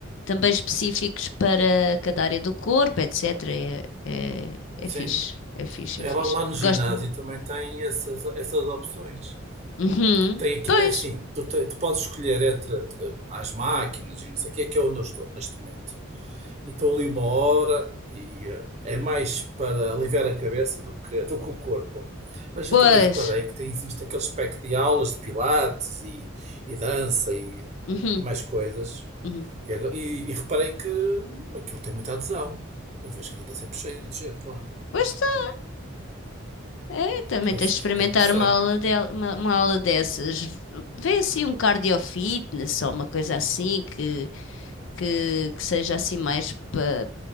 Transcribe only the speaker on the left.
também específicos para cada área do corpo, etc. É, é, é
fixe, é fixe,
é fixe.
Gosto-me.
Uhum.
Pois,
pois.
Uhum.
Uhum.
Pois está, é, também
tens
de
experimentar
uma aula, del- uma, uma aula dessas. Vê assim um cardio fitness ou uma coisa assim que que, que seja assim mais para.